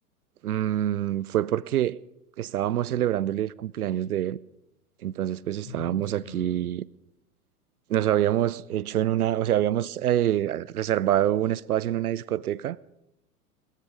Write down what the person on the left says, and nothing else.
Ujú, Sí,
claro.